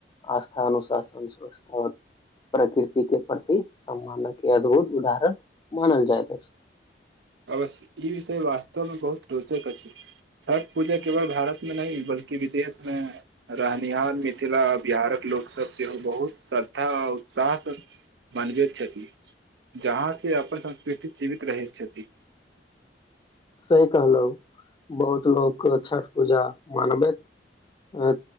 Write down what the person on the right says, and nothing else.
अवश्य ई विषय वास्तव मे बहुत रोचक अछि, छठ पूजा केवल भारत मे नहि बल्कि विदेश मे रहनिहार मिथला, बिहारक लोक सब सेहो बहुत श्रद्धा आ उत्साह से मनबैत छथि, जहाँ से अपन संस्कृति जीवित रहै छ थी।